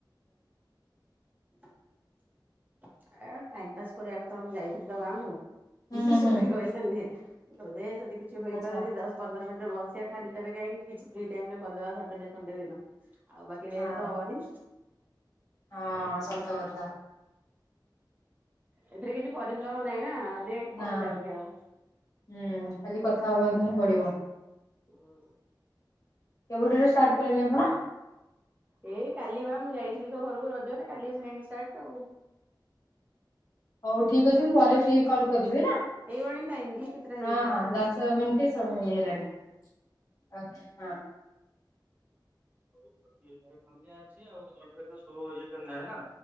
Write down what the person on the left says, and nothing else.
ହୁଁ
ହୁଁ
ହୁଁ
ଆଛା
ହଁ
ହଁ, ସତ କଥା।
ନା
ହୁଁ, ଖାଲି କଥା ହେବାକୁ ହିଁ ପଡିବ।
କେବେଠରୁ ଷ୍ଟାର୍ଟ କଲେଣି ଆପଣ?
ହଉ ଠିକ ଅଛି, ମୁଁ ପରେ ଫ୍ରି ହେଇକି କଲ କରିବି ହେଲା। ହଁ
ହଁ, ଦଶ ମିନିଟ ସମୟ ହେଇ ଗଲାଣି, ଆଉ ହଁ।